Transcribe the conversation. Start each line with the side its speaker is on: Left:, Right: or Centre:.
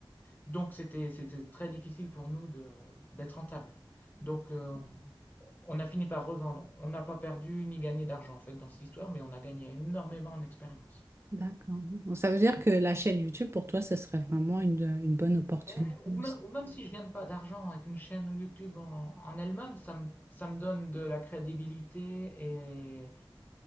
Left: Donc, c'était, c'était très difficile pour nous de, d'être rentable. Donc, euh, On a fini par revendre. On n'a pas perdu ni gagné d'argent en fait dans cette histoire, mais on a gagné énormément en expérience.
Right: D'accord. Donc, ça veut dire que la chaîne YouTube, pour toi, ce serait vraiment une, une bonne opportunité
Left: Ouais, ou,
Right: aussi.
Left: me- ou même si je gagne pas d'argent avec une chaîne YouTube en, en elle-même, ça me, ça me donne de la crédibilité et,